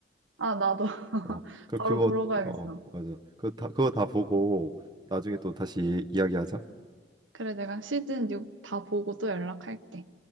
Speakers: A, on the right; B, on the right.
A: 아, 나도 <laughs>
B: 어, 그, 그거,
A: 바로 보러 가야겠어.
B: 어, 맞아. 그거 다, 그거 다 보고, 나중에 또 다시 이야기하자.
A: 그래, 내가 시즌 6 다 보고 또 연락할게.